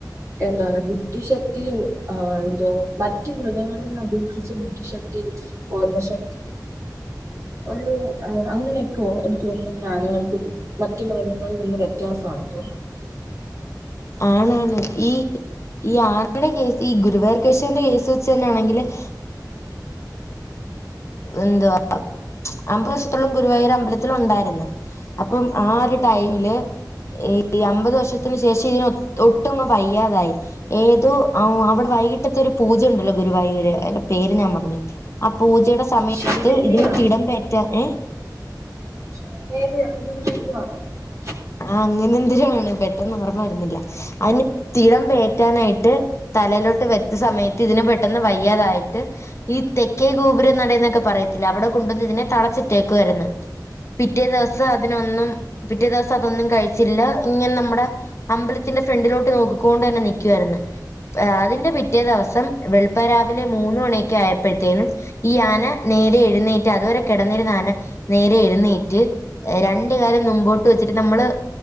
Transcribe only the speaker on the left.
ആണാണ് ഈ- ഈ ആനടെ കേസ് ഈ ഗുരുവായൂർ കേശവന്റെ കേസ് വെച്ചുതന്നാണെങ്കില്, അത് എന്തുവാ അമ്പത് വർഷത്തോളം ഗുരുവായൂർ അമ്പലത്തില് ഉണ്ടായിരുന്ന് അപ- അപ്പം ആ ഒരു
ടൈമില്-
ഈ അമ്പത് വർഷത്തിന് ശേഷം ഇയിന് <unintelligible> ഒട്ടും അങ്ങ് വയ്യാതായി ഏതോ ആ അവിടെ വൈകിട്ടത്തെ ഒരു പൂജ ഉണ്ടല്ലോ ഗുരുവായൂര് അയിൻ്റെ പേര് ഞാൻ മറന്നുപോയി ആ പൂജയുടെ സമയത്ത്
ഇതിന്
തിടമ്പേറ്റാൻ ഏ-
ആ അങ്ങനെ എന്തൊരോ ആണ് പെട്ടെന്ന് ഓർമ്മ ഓർമ്മവരുന്നില്ല അതിന് തിടം പേറ്റാനായിട്ട് തലയിലോട്ട് വെച്ച സമയത്ത് ഇതിന് പെട്ടെന്ന് വയ്യാതായിട്ട് ഈ തെക്കേ ഗോപുരം നടയുന്നൊക്കെ പറ- പറയത്തില്ല അവിടെ കൊണ്ടുവന്ന് ഇതിനെ തളച്ചിട്ടേക്കുവായിരുന്നു പിറ്റേ ദിവസം അതിനൊന്നും - അതൊന്നും കഴിച്ചില്ല ഇങ്ങനെ നമ്മുടെ അമ്പലത്തിന്റെ ഫ്രണ്ടിലോട്ട് നോക്കിക്കൊണ്ട് തന്നെ നിക്ക് നിൽക്കുവായിരുന്നു അതിന്റെ പിറ്റേ ദിവസം വെളുപ്പാൻ രാവിലെ മൂന്നുമണിയൊക്കെ ആയപ്പഴത്തേനും ഈ ആന നേരെ എഴുന്നേറ്റ് അതുവരെ- കിടന്നിരുന്ന ആന നേരെ എഴുന്നേറ്റ് രണ്ട് കാലും മുൻമ്പോട്ട്- വച്ചിട്ട് നമ്മള്